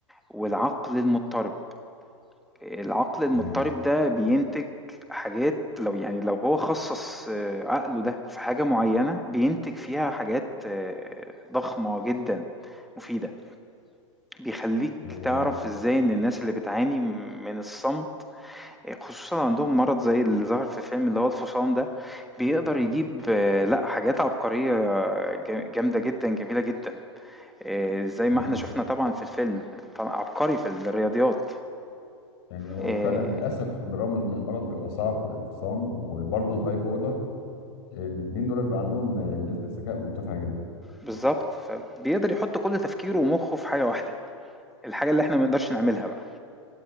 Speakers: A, in the centre; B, on the left (about 50°).
A: والعقل المضطرب العقل المضطرب
B: تمام
A: ده بينتج حاجات لو يعني لو هو خصص آه، عقله ده في حاجة معينة بينتج فيها حاجات آه، ضخمة جدا مفيدة بيخليك
B: إيه
A: تعرف ازاي ان الناس اللي بتعاني من الصمت آه، خصوصا عندهم مرض زي اللي ظهر في فيلم اللي هو الفصام ده بيقدر يجيب آه، لا حاجات عبقرية آه، جامدة جدا جميلة جدا آه، زي
B: حقيقة
A: ما احنا شفنا طبعا في الفيلم طبعا عبقري في الرياضيات
B: يعني هو
A: آه،
B: فعلا للأسف بالرغم إن المرض بيبقى صعب الفصام وبرضه الباي بولر الاتنين دول بيبقى عندهم آه، نسبة ذكاء مرتفعة جدا
A: بالظبط فبيقدر يحط كل تفكيره ومخه في حاجة واحدة الحاجة اللي احنا ما نقدرش نعملها بقى